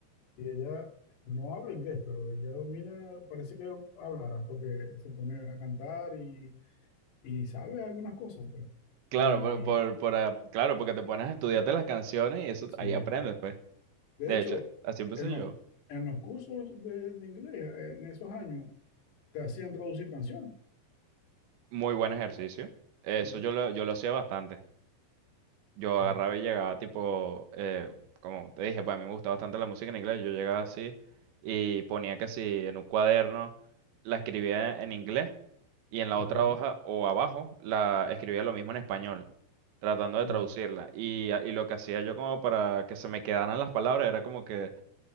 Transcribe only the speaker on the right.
Claro,
por, por, por, ah, claro, porque te pones a estudiarte las canciones y eso
ahí
aprendes, pues.
De hecho, así empecé
yo.
Muy buen ejercicio. Eso
yo lo, yo lo hacía bastante. yo
agarraba y llegaba tipo, eh, como te dije, pues a mí me gusta bastante la música en inglés, yo llegaba así y ponía que si en un cuaderno la escribía en inglés y en la
otra hoja o abajo la escribía lo mismo en español, tratando
de traducirla. Y, a- y lo que hacía yo como para que se me quedaran las palabras era como que